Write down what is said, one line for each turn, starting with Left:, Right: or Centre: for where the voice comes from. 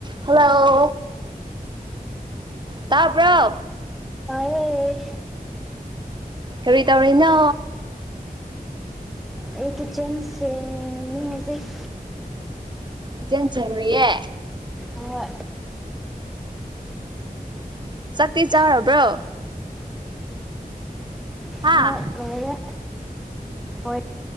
Right: hello ꯇꯔꯕ
Centre: ꯍ
Right: ꯀꯔꯤ ꯇꯧꯔꯤꯅꯣ
Centre: ꯑꯩ ꯀꯤꯠꯆꯟꯁꯤꯡꯅꯤ ꯍꯧꯖꯤꯛ
Right: ꯏꯆꯅ ꯔꯨꯔꯤꯌꯦ
Centre: ꯃ
Right: ꯆꯥꯛꯠꯇꯤ ꯆꯥꯔꯕ꯭ꯔꯣ ꯍꯥꯥ
Centre: ꯍ ꯍꯣꯏ